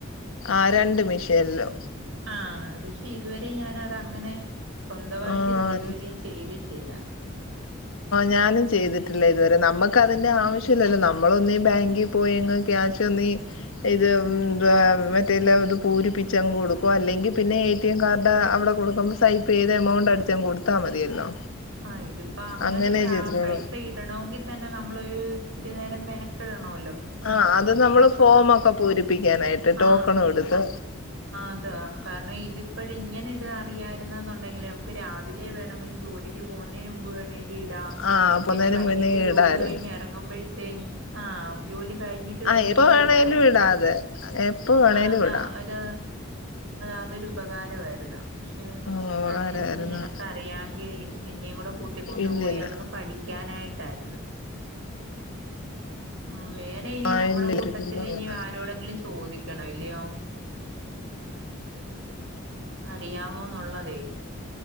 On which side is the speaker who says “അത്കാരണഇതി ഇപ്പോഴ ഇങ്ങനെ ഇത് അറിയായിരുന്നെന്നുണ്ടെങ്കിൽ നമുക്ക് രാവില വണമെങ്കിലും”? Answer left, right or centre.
Right